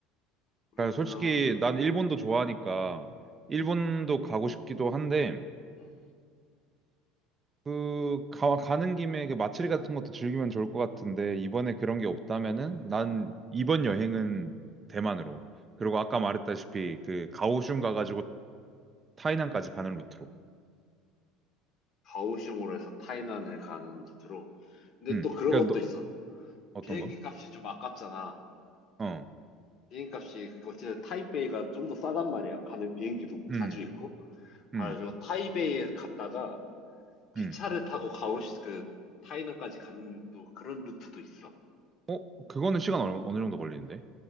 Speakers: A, on the left (about 45°); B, on the right (about 25°).
A: 그러면,
B: 그러니까 솔직히 난 일본도 좋아하니까
A: 음,
B: 일본도 가고 싶기도 한데
A: 음.
B: 그 가, 가는 김에 그 마츠리 같은 것도 즐기면 좋을 것 같은데 이번에 그런 게 없다면은 난 이번 여행은 대만으로. 그리고 아까 말했다시피 그 가오슝 가가지고 타이난까지 가는 루트로.
A: 가오슝으로 해서 타이난을 가는 루트로. 근데
B: 음.
A: 또 그런
B: 그러니까
A: 것도
B: 너
A: 있어.
B: 어떤
A: 비행기
B: 거?
A: 값이 좀 아깝잖아.
B: 어.
A: 비행기 값이 어쨌든 타이베이가 좀 더 싸단 말이야. 가는 비행기도 자주
B: 음.
A: 있고. 아,
B: 음.
A: 그리고 타이베이에 갔다가 기차를
B: 음.
A: 타고 가오 그 타이난까지 가는 또 그런 루트도 있어.
B: 어, 그거는 시간 어느, 어느 정도 걸리는데?